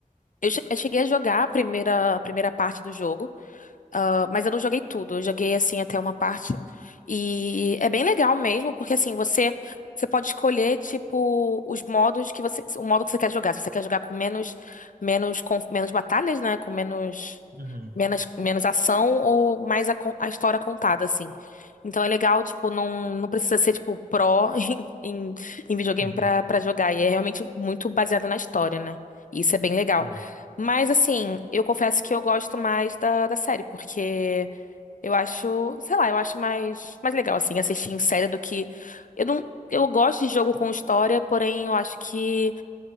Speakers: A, on the left; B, on the right.
A: eu che- eu cheguei a jogar a primeira, a primeira parte do jogo. Ah, mas eu não joguei tudo, eu joguei assim até uma parte. E é bem legal mesmo, porque assim, você você pode escolher tipo os modos que você, o modo que você quer jogar. Se você quer jogar com menos menos com menos batalhas, né, com menos
B: Uhum,
A: menos menos ação ou mais a, con- a história contada assim. Então é legal, tipo, não não precisa ser tipo pró <laughs> em, em, em videogame
B: uhum,
A: pra para jogar, e é realmente muito baseado na história, né? E isso é bem legal.
B: é,
A: Mas assim, eu confesso que eu gosto mais da, da série, porque eu acho, sei lá, eu acho mais, mais legal assim assistir em série do que eu não, eu gosto de jogo com história, porém eu acho que,